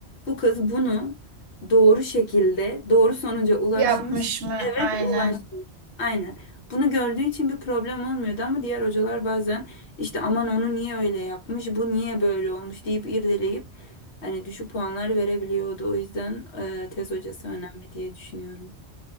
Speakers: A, on the left; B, on the right.
A: Bu kız bunu doğru şekilde doğru sonuca ulaşmış.
B: yapmış mı
A: Evet
B: aynen.
A: ulaşmış. Aynen. Bunu gördüğü için bir problem olmuyordu ama diğer hocalar bazen işte aman onu niye öyle yapmış, bu niye böyle olmuş deyip irdeleyip hani düşük puanlar verebiliyordu. O yüzden e, tez hocası önemli diye düşünüyorum.